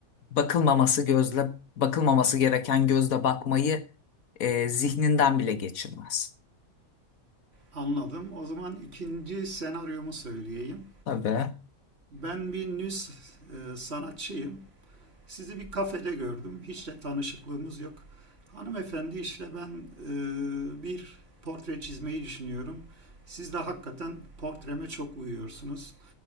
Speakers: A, on the left; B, on the right.
A: bakılmaması gözle bakılmaması gereken gözle bakmayı e, zihninden bile geçirmez.
B: Anladım. O zaman ikinci senaryomu söyleyeyim.
A: Tabii.
B: Ben bir nü sanatçıyım. Sizi bir kafede gördüm. Hiç de tanışıklığımız yok. Hanımefendi işte ben e, bir portre çizmeyi düşünüyorum. Siz de hakikaten portreme çok uyuyorsunuz.